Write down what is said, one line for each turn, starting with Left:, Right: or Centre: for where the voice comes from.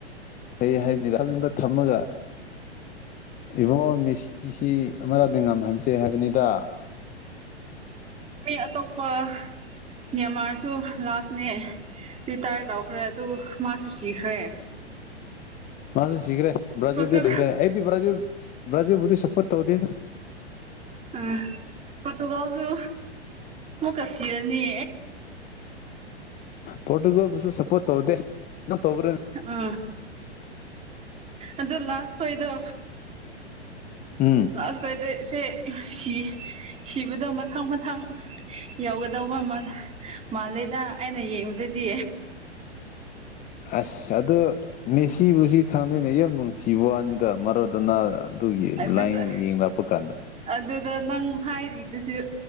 Left: ꯐꯩ ꯍꯥꯏꯕꯅꯤꯜꯗ ꯊꯝꯃꯒ ꯏꯕꯨꯡꯉꯣ ꯃꯦꯁꯤꯁꯤ ꯑꯃꯔꯗ ꯉꯝꯍꯟꯁꯦ ꯍꯥꯏꯕꯅꯤꯗ
Right: ꯃꯤ ꯑꯇꯣꯞꯄ ꯃ꯭ꯌꯥꯟꯃꯥꯔꯁꯨ ꯂꯥꯁꯅꯦ ꯔꯤꯇꯥꯌꯔ ꯂꯥꯎꯈ꯭ꯔꯦ ꯑꯗꯨ ꯃꯥꯁꯨ ꯁꯤꯈ꯭ꯔꯦ
Left: ꯃꯥꯁ ꯁꯤꯒ꯭ꯔꯦ ꯭ꯔꯥꯖꯤꯜꯗ
Right: ꯄꯣꯔꯇꯨ
Left: ꯏꯈ꯭ꯔꯦ ꯑꯩꯗꯤꯕ꯭ꯔꯖꯥ ꯭ꯔꯖꯥꯕꯨꯗꯤ ꯁꯄꯠ ꯇꯧꯗ
Right: ꯑꯝ ꯄꯣꯇꯨꯒꯜꯁꯨ ꯃ ꯀꯁꯤꯔꯅꯤ
Left: ꯐꯣꯇꯨꯒꯣꯁꯨ ꯁꯄꯣꯠ ꯇꯧꯗꯦ ꯅ ꯇꯧꯕ꯭ꯔꯦ
Right: ꯑ ꯑꯗꯣ ꯂꯥꯁ ꯈꯗ
Left: ꯎꯝ
Right: ꯑꯁ ꯀꯗ ꯁꯤ ꯁꯤ <inaudible> ꯁꯤꯕꯗꯣ ꯃꯊꯪ ꯃꯊꯪ ꯌꯧꯒꯗꯧꯕ ꯃꯥꯂꯦꯗ ꯑꯩꯅ ꯌꯦꯡꯕꯗꯗꯤ
Left: ꯑꯁ ꯑꯗꯨ ꯃꯦꯁꯤꯕꯨꯁꯤ ꯈꯪꯗꯦꯅꯦ ꯌꯥꯝ ꯅꯨꯡꯁꯤꯕ ꯋꯥꯅꯤꯗ ꯃꯔꯣꯗꯅ ꯑꯗꯨꯒꯤ
Right: ꯑꯗꯨꯗ
Left: ꯂꯥꯏꯡ ꯌꯦꯡꯂꯡ ꯂꯛꯄ ꯀꯥꯟꯗ
Right: ꯑꯗꯨꯗ ꯅꯪ ꯍꯥꯏꯔꯤꯗꯨꯁꯨ